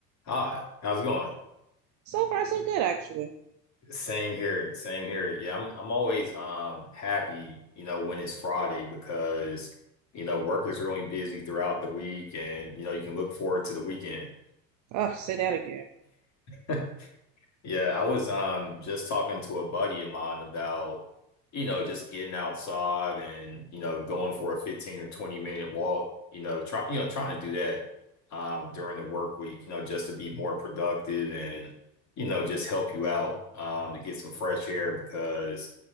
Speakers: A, on the left; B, on the right.
A: Hi, how's it going?
B: So far, so good, actually.
A: Same here, same here. Yeah, I'm I'm always um happy, you know, when it's Friday because, you know, work is really busy throughout the week and, you know, you can look forward to the weekend.
B: Oh, say that again.
A: <laughs> Yeah, I was um just talking to a buddy of mine about, you know, just getting outside and, you know, going for a 15 or 20 minute walk, you know, try, you know, trying to do that um during the work week, you know, just to be more productive and, you know, just help you out um to get some fresh air because